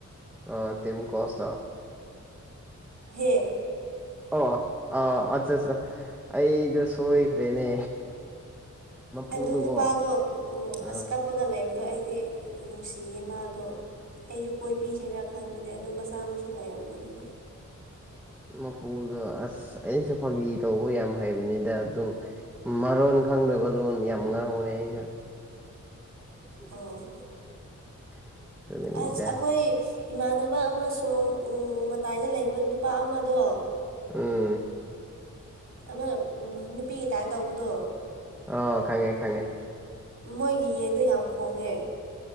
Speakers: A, in the centre; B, on the right (about 60°).
A: ꯑ ꯇꯝ ꯀꯣꯁ
B: ꯍꯦ
A: ꯑꯣ ꯑ ꯑꯠꯆꯥ ꯑꯠꯆꯥ ꯑꯩꯗꯣ ꯁꯣꯏꯈ꯭ꯔꯦꯅꯦ ꯃꯄꯨꯗꯨꯀꯣ
B: ꯑꯗꯨ ꯅꯨꯄꯥꯗꯣ ꯎ
A: ꯑꯥ
B: ꯑꯁ ꯀꯞꯄꯒ ꯂꯩꯕꯗꯣ ꯑꯩ ꯍꯥꯏꯗꯤ ꯅꯨꯡꯁꯤꯌꯦ ꯃꯥꯗꯣ ꯑꯩꯁꯨ ꯀꯣꯏꯕꯤꯁꯦꯔꯥ ꯈꯟꯕꯅꯦ ꯑꯗꯣ ꯃꯆꯥ ꯃꯁꯨ ꯂꯩꯔꯝꯒꯅꯤꯅꯦ
A: ꯃꯄꯨꯗꯣ ꯑꯁ ꯑꯩꯁꯨ ꯐꯥꯒꯤ ꯇꯧꯕ ꯌꯥꯝ ꯍꯩꯕꯅꯤꯗ ꯑꯗꯨꯝ ꯃꯔꯣꯟ ꯈꯪꯗꯕ ꯂꯣꯟ ꯌꯥꯝ ꯉꯥꯡꯕꯅꯦ ꯑꯩꯁꯨꯦ <unintelligible>
B: ꯑꯣ
A: ꯑꯗꯨꯒꯤꯅꯤꯗ
B: ꯑꯁ ꯑꯩꯈꯣꯏ ꯏꯃꯥꯟꯅꯕ ꯑꯃ ꯁꯣꯔꯣꯡ ꯃꯇꯥꯏꯗ ꯂꯩꯕ ꯅꯨꯄꯥ ꯑꯃꯗꯣ
A: ꯎꯝ
B: ꯑꯃ ꯅꯨꯄꯤꯒ ꯇꯥꯏꯔ ꯇꯧꯕꯗꯣ
A: ꯑ ꯈꯪꯉꯦ ꯈꯉꯦ
B: ꯃꯣꯏꯒꯤ ꯌꯦꯟꯗꯣ ꯌꯥꯝ ꯈꯣꯡꯉꯦ